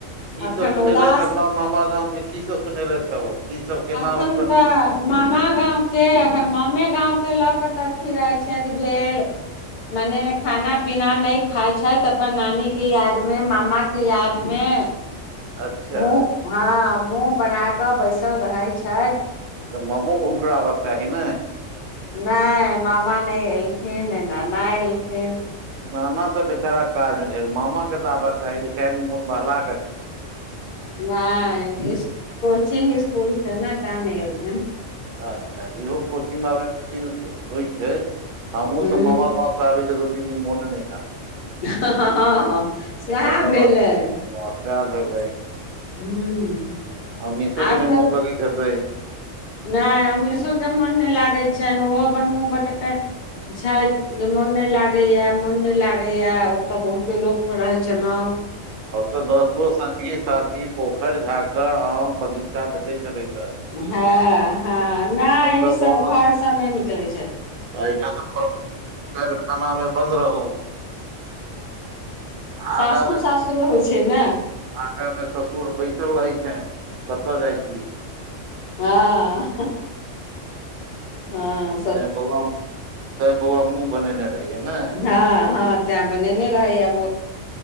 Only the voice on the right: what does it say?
की
सब सुनेलथि
अपना मामा गाम के की सब सुनेलथि हे ओ की सब केना
हुनकर
अच्छा
त मामोआबके चाही ने
नाना तऽ बेचारा काज मे छै मामा के तऽ आब के चाही दू चार दिन मोन बहला क
अच्छा तऽ इहो कोचिंग आबे को होइ छै हमहु
सब मामा गांउ आबै तऽ दू तीन दिन मन नहि लागै
तकर
बाद सएह भेलै
आमीशो
के ने
मोन लगैत हेतै
ओतऽ दोस्तो संगी साथी पोखर झाखर आम बगीचा देखे चलै ते
तऽ
बस
एहिठाम तऽ घर कैदखानामे बन्द रहू आगा
मे
आगा में ससुर बैसल रहै छ कतऽ जाइ छी
बौआ तें बौआ मुँह बनेने रहियै ने